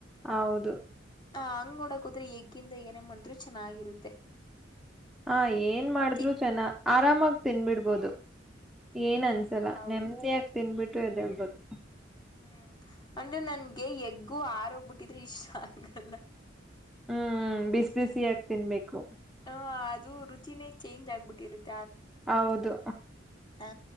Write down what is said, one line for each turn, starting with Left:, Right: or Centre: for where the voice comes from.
Centre: ಹೌದು
Left: ಹ ಹಂಗ್ ನೋಡೋಕ್ ಹೋದ್ರೆ ಎಗ್ ಏನೇ ಮಾಡಿದ್ರು ಚೆನ್ನಾಗಿರುತ್ತೆ
Centre: ಹ ಏನ್ ಮಾಡಿದ್ರು
Left: ತಿ
Centre: ಚೆನ್ನ ಆರಾಮಾಗಿ ತಿನ್ಬಿಡ್ಬೋದು. ಏನ್
Left: ಹ್ಮ್
Centre: ಅನ್ಸಲ್ಲಾ
Left: ಹೌದು
Centre: ನೆಮ್ಮದಿಯಾಗಿ ತಿನ್ಬಿಟ್ಟ <unintelligible>
Left: ಹ್ಮು ಅಂದ್ರೆ ನನ್ಗೆ ಎಗ್ಗು ಆರೋಗ್ಬಿಟ್ಟಿದ್ರೆ ಇಷ್ಟ ಆಗಲ್ಲ.
Centre: ಹ್ಮು ಬಿಸಿ ಬಿಸಿಯಾಗಿ ತಿನ್ಬೇಕು.
Left: ಹ ಅದು ರುಚಿನೇ ಚೇಂಜ್ ಆಗ್ಬಿಟ್ಟಿರುತ್ತೆ.
Centre: ಹೌದು
Left: ಹಾ